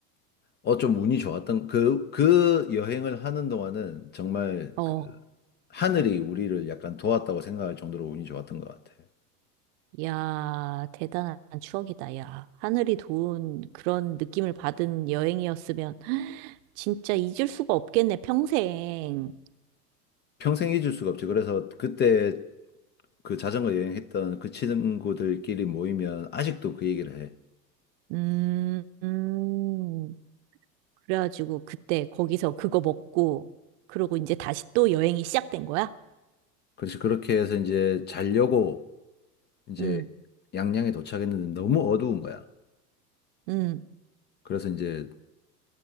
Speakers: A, on the left; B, on the right.
A: 어 좀 운이 좋았던 그 그 여행을 하는 동안은 정말
B: 어,
A: 그 하늘이 우리를 약간 도왔다고 생각할 정도로 운이 좋았던 것 같아.
B: 야, 대단한 추억이다, 야. 하늘이 도운 그런 느낌을 받은 여행이었으면 <gasps> 진짜 잊을 수가 없겠네, 평생.
A: 평생 잊을 수가 없지. 그래서 그때 그 자전거 여행했던 그 친구들끼리 모이면 아직도 그 얘기를 해.
B: 음, 음. 그래가지고 그때 거기서 그거 먹고, 그러고 이제 다시 또 여행이 시작된 거야?
A: 그래서 그렇게 해서 이제 자려고 이제
B: 음,
A: 양양에 도착했는데 너무 어두운 거야.
B: 음.
A: 그래서 이제